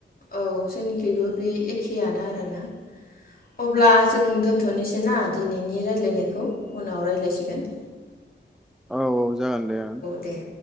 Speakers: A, on the left; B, in the centre.
A: औ जोंनिखबो बे एखेयानो आरो। आरोना अब्ला जों दोन्थनोसै ना दिनैनि रायज्लायनायखौ उनाव रायलायसिगोन।
B: औ औ जागोन दे ओं
A: दे